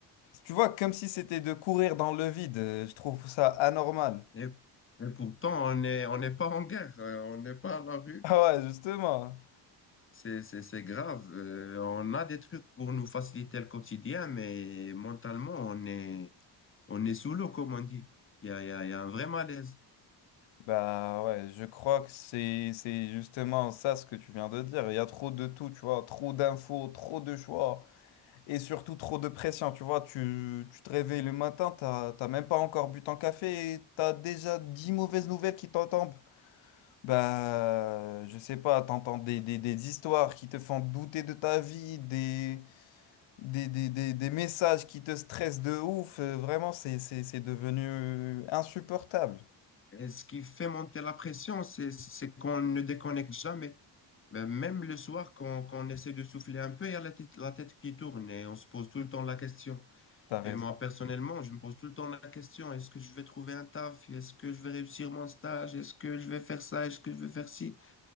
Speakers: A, on the left; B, on the left.
A: Tu vois, comme si c'était de courir dans le vide. euh, Je trouve ça anormal. <laughs>
B: Et, et pourtant, on est, on n'est pas en guerre, euh, on n'est pas à la rue.
A: Ah ouais, justement.
B: C'est, c'est, c'est grave. Euh, on a des trucs pour nous faciliter le quotidien, mais mentalement, on est On est sous l'eau, comme on dit. Il y a, il y a- il y a un vrai malaise.
A: Bah ouais, je crois que c'est c'est justement ça ce que tu viens de dire. Il y a trop de tout, tu vois, trop d'infos, trop de choix et surtout trop de pression, tu vois. Tu, tu te réveilles le matin, t'as t'as même pas encore bu ton café et t'as déjà 10 mauvaises nouvelles qui t'en tombent. Bah, je sais pas, t'entends des, des, des histoires qui te font douter de ta vie, des, des, des, des, des messages qui te stressent de ouf. Euh, Vraiment, c'est c'est- c'est devenu euh, insupportable.
B: Et ce qui fait monter la pression, c'est, c'est qu'on ne déconnecte jamais. Mais Même le soir, quand, quand on essaie de souffler un peu, il y a la tête, la tête qui tourne et on se pose tout le temps la question.
A: T'as raison.
B: Et moi, personnellement, je me pose tout le temps la question, est-ce que je vais trouver un taf? Est-ce que je vais réussir mon stage? Est-ce que je vais faire ça? Est-ce que je vais faire ci?